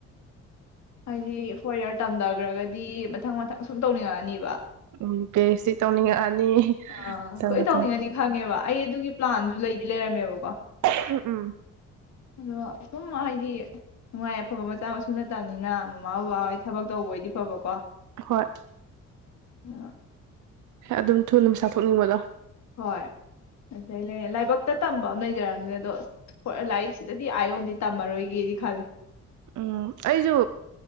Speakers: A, on the left (about 65°); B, on the right (about 75°).
A: ꯍꯥꯏꯗꯤ ꯐꯣꯔ ꯏꯔ ꯇꯝꯗꯒ꯭ꯔꯒ ꯗꯤ ꯃꯊꯪ ꯃꯊꯪ ꯁꯨꯝ ꯇꯧꯅꯤꯡꯉꯛꯑꯅꯤꯕ
B: ꯎꯝ ꯄꯤꯑꯩꯆ ꯗꯤ ꯇꯧꯅꯤꯡꯉꯛꯑꯅꯤ
A: ꯑ
B: ꯃꯊꯪ
A: ꯁꯣꯏ
B: ꯃꯊꯪ
A: ꯇꯧꯅꯤꯡꯉꯅꯤ ꯈꯪꯉꯦꯕ ꯑꯩ ꯑꯗꯨꯒꯤ ꯄ꯭ꯂꯥꯟꯁꯨ ꯂꯩꯗꯤ ꯂꯩꯔꯝꯃꯦꯕꯀꯣ
B: ꯎꯝ
A: ꯑꯗꯣ ꯁꯨꯝ ꯍꯥꯏꯗꯤ ꯅꯨꯡꯉꯥꯏ ꯑꯐꯕ ꯃꯆꯥ ꯃꯁꯨ ꯅꯠꯇꯕꯅꯤꯅ ꯃꯥꯃ ꯕꯥꯕꯥꯍꯣꯏ ꯊꯕꯛ ꯇꯧꯕ ꯑꯣꯏꯗꯤ ꯐꯕꯀꯣ
B: ꯍꯣꯏ
A: ꯑꯥ
B: ꯑꯗꯨꯝ ꯊꯨꯅ ꯄꯩꯁꯥ ꯊꯣꯛꯅꯤꯡꯕꯗꯣ
A: ꯍꯣꯏ ꯑꯇꯩ ꯂꯩ ꯂꯥꯏꯕꯛꯇ ꯇꯝꯕ ꯑꯃ ꯂꯩꯖꯔꯕꯝꯅꯤꯅ ꯑꯗꯣ ꯂꯥꯏꯔꯤꯛꯁꯤꯗꯗꯤ ꯑꯥꯏꯌꯧꯅꯡ ꯇꯝꯃꯔꯣꯏꯒꯦꯗꯤ ꯈꯜꯂꯦ
B: ꯎꯝ ꯑꯩꯁꯨ